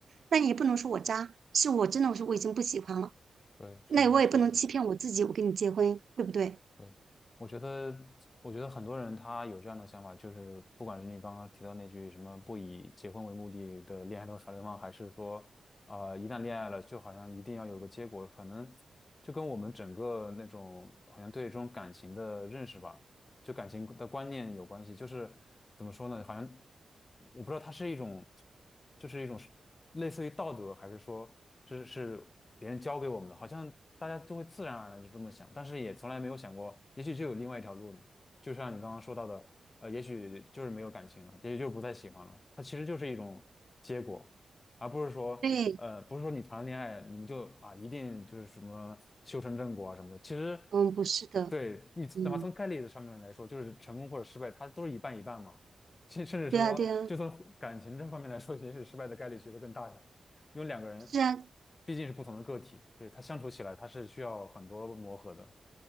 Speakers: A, on the right; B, on the left.
A: 那你也不能说我渣，是我真的我说我已经不喜欢了，
B: 对，是的，
A: 那我也不能欺骗我自己，
B: 是的，
A: 我跟你结婚，对不对？
B: 对，我觉得，我觉得很多人他有这样的想法，就是不管是你刚刚提到那句什么不以结婚为目的的恋爱都是耍流氓，还是说，呃，一旦恋爱了，就好像一定要有个结果，可能就跟我们整个那种好像对这种感情的认识吧，就感情的观念有关系，就是怎么说呢？好像我不知道它是一种，就是一种是类似于道德，还是说是是别人教给我们的？好像大家都会自然而然就这么想，但是也从来没有想过，也许就有另外一条路呢。就像你刚刚说到的，呃，也许就是没有感情了，也许就不再喜欢了，它其实就是一种结果。而不是说，
A: 对，
B: 呃，不是说你谈了恋爱，你们就啊，一定就是什么修成正果啊什么的。其实
A: 嗯，不是的，
B: 对你哪怕从概率的上面来说，
A: 嗯，
B: 就是成功或者失败，它都是一半一半嘛。<laughs> 甚甚至是说，
A: 对啊，对啊，
B: 就从感情这方面来说，也许失败的概率其实更大一点，因为两个人
A: 是啊，
B: 毕竟是不同的个体，对，他相处起来他是需要很多磨合的。